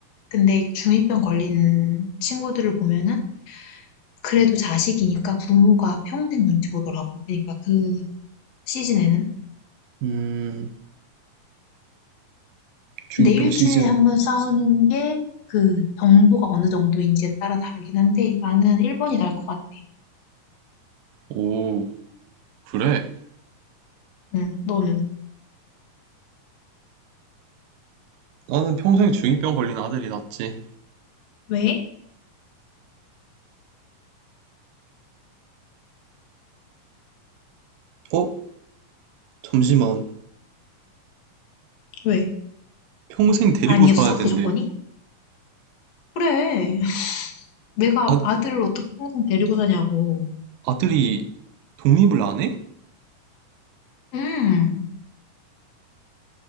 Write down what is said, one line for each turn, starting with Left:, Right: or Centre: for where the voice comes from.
Left: 근데 중이병 걸린 친구들을 보면은 그래도 자식이니까 부모가 평생 눈치 보더라고. 그러니까 그 시즌에는.
Right: 음, 중이병
Left: 근데 일주일에
Right: 시즌.
Left: 한 번 싸우는 게 그 정도가 어느 정도인지에 따라 다르긴 한데 나는 1번이 나을 것 같아.
Right: 오, 그래?
Left: 응, 너는?
Right: 나는 평생 중이병 걸린 아들이 낫지.
Left: 왜?
Right: 어? 잠시만.
Left: 왜?
Right: 평생 데리고
Left: 아니었어?
Right: 살아야 된대.
Left: 그 조건이? 그래. <laughs> 내가
Right: 아,
Left: 아들을 어떻게 평생 데리고 다냐고.
Right: 아들이 독립을 안 해?
Left: 음,